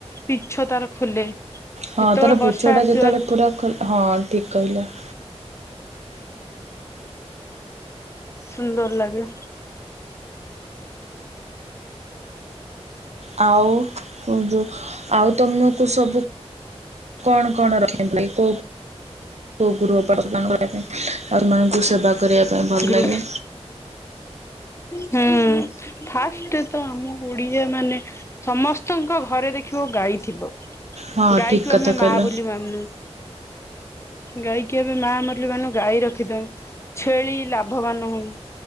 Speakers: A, on the left; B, on the right.
A: ପିଚ୍ଛ ତାର ଖୋଲେ।
B: ହଁ
A: ଯେତେବେଳେ
B: ତାର
A: ବର୍ଷା
B: ପୂଚ୍ଛଟା
A: ଆସିବାର
B: ଯେତେବେଳେ ପୁରା ଖୋଲେ ହଁ ଠିକ୍ କହିଲ।
A: ସୁନ୍ଦର ଲାଗେ।
B: ଆଉ ଯୋଉ ଆଉ ତମକୁ ସବୁ କଣ କଣ ରହ ଭାଇ କୋଉ। <unintelligible> ଆ ମାଙ୍କୁ ସେବା କରିବା ପାଇଁ ଭଲ
A: ଗ୍ରୁ
B: ଲାଗେ।
A: ହୁଁ। ଫାଷ୍ଟ ତ ଆମ ଓଡିଆ ମାନେ ସମସ୍ତଙ୍କ ଘରେ ଦେଖିବ ଗାଈ ଥିବ।
B: ହଁ
A: ଗାଈ
B: ଠିକ୍
A: କୁ
B: କଥା
A: ଆମେ
B: କହିଲ
A: ମା ବୋଲି ମାନୁ। ଗାଈକି ଏବେ ମା ମାରିଲ ମାନ ଗାଈ ରଖି ଦଉ ଛେଳି ଲାଭବାନ ହୋଉ।